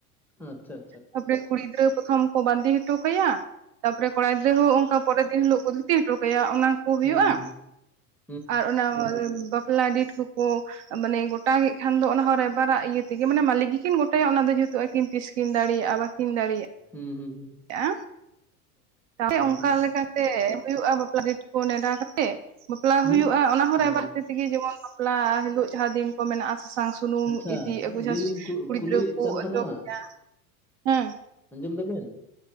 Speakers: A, in the centre; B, on the right.
A: ᱟᱪᱪᱷᱟ,
B: ᱛᱟᱯᱚᱨᱮ ᱠᱩᱲᱤ ᱜᱤᱫᱽᱨᱟᱹ ᱯᱨᱚᱛᱷᱚᱢ ᱠᱚ ᱵᱟᱸᱫᱮ ᱦᱚᱴᱚ ᱠᱟᱭᱟ, ᱛᱟᱯᱚᱨᱮ ᱠᱚᱲᱟ ᱜᱤᱫᱽᱨᱟᱹ ᱦᱚᱸ ᱚᱝᱠᱟ ᱯᱚᱨᱮ ᱫᱤᱱ ᱦᱤᱞᱳᱜ ᱠᱚ ᱫᱷᱩᱛᱤ ᱦᱚᱴᱚ ᱠᱟᱭᱟ ᱚᱱᱟ ᱠᱚ ᱦᱩᱭᱩᱜᱼᱟ
A: ᱦᱩᱸ ᱦᱩᱸ
B: ᱟᱨ ᱚᱱᱟᱻ ᱵᱟᱯᱞᱟ ᱰᱮᱴ ᱠᱩᱠᱩ ᱢᱟᱱᱮ ᱜᱚᱴᱟ ᱠᱮᱜ ᱠᱷᱟᱱ ᱫᱚ, ᱚᱱᱟ ᱦᱚᱸ ᱨᱟᱭᱵᱟᱨᱟᱜ ᱤᱭᱟᱹ ᱛᱮᱜᱮ, ᱢᱟᱱᱮ ᱢᱟᱹᱞᱤᱠ ᱜᱮᱠᱤᱱ ᱜᱚᱴᱟᱭᱟ ᱚᱱᱟ ᱫᱚ ᱡᱩᱛᱩᱜᱼᱟ ᱟᱹᱠᱤᱱ ᱛᱤᱥᱠᱤᱱ ᱫᱟᱲᱮᱭᱟᱜᱼᱟ᱾ ᱠᱤᱱ ᱫᱟᱲᱮᱭᱟᱜ
A: ᱦᱩᱸ ᱦᱩᱸ ᱦᱩᱸ,
B: ᱮᱸ <unintelligible> ᱚᱝᱠᱟ
A: ᱦᱳᱭ᱾
B: ᱞᱮᱠᱟ ᱮᱻ ᱦᱩᱭᱩᱜᱼᱟ ᱵᱟᱯᱞᱟ ᱰᱮᱴ ᱠᱚ ᱱᱮᱰᱟ ᱠᱟᱛᱮᱜ, ᱵᱟᱯᱞᱟ ᱦᱩᱭᱩᱜᱼᱟ
A: ᱢᱤᱫ
B: ᱚᱱᱟ ᱦᱚᱸ
A: ᱚ
B: ᱨᱟᱵᱟᱨ ᱛᱤ ᱛᱤᱜᱤ ᱡᱮᱢᱚᱱ ᱵᱟᱯᱞᱟ ᱦᱤᱞᱳᱜ ᱡᱟᱦᱟᱸ ᱫᱤᱱ ᱠᱚ ᱢᱮᱱᱟᱜᱼᱟ᱾ ᱥᱟᱥᱟᱝ ᱥᱩᱱᱩᱢ
A: ᱟᱪᱪᱷᱟ
B: ᱤᱫᱤ ᱟᱹᱜᱩ,
A: ᱟᱹᱞᱤᱧ
B: ᱡᱟᱦᱟᱸ
A: ᱞᱤᱧ ᱠᱩ
B: ᱠᱩᱲᱤ
A: ᱠᱩᱞᱤᱭᱮᱫ
B: ᱜᱤᱫᱽᱨᱟᱹ ᱠᱚ
A: ᱠᱟᱱ ᱛᱟᱦᱮᱱᱚᱜᱼᱟ,
B: ᱚᱡᱚᱜ ᱜᱮᱭᱟ ᱦᱮᱸ,
A: ᱟᱸᱡᱚᱢ ᱫᱟᱵᱮᱱ